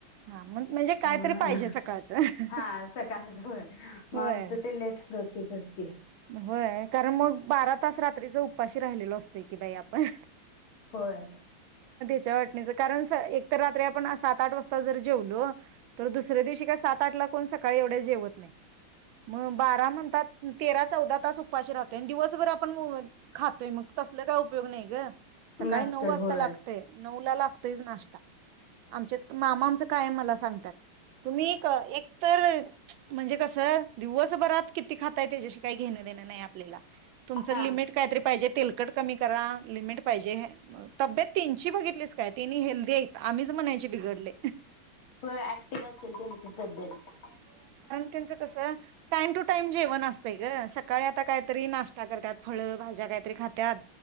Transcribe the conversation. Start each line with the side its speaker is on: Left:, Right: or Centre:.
Right: हा मग म्हणजे कायतरी
Left: मग
Right: पाहिजे सकाळचं
Left: हा सकाळ जवळ मग
Right: होय
Left: आमचं ते लेट प्रोसे तेच असती
Right: होय कारण मग बारा तास रात्रीचा उपाशी राहिलेलो असतय की बाई आपण
Left: होय.
Right: आमच्या वाटणीच कारण स एक तर रात्री आपण सात आठ वाजता जर जेवलो तर दुसऱ्या दिवशी काय सात आठला कोण सकाळी एवढ जेवत नाय मग बारा म्हणतात तेरा चौदा तास उपाशी राहतोय दिवसभर आपण खातोय मग तसल काय उपयोग नाही ग सकाळी
Left: नसतोय
Right: नऊ वाजता
Left: होय
Right: लागतय नऊला लागतोयच नाश्ता आमच्यात मामाचं काय मला सांगतात तुम्ही एक तर म्हणजे कसं दिवसभरात किती खात काय त्याच्याशी काय घेणं देणं नाय आपल्याला तुमचं
Left: हा
Right: लिमिट काय तरी पाहिजे तेल तेलकट कमी करा लिमिट पाहिजे तब्येत त्यांची बघितलीस काय तेनी हेल्दी येत आम्हीच म्हणायचे बिघडले.
Left: हो ऍक्टिव असेल त्यांची तब्येत
Right: त्याचं कस टाइम टू टाइम जेवण असं असतय ग सकाळी आता काहीतरी नाश्ता करत्यात फळ भाज्या काहीतरी खात्यात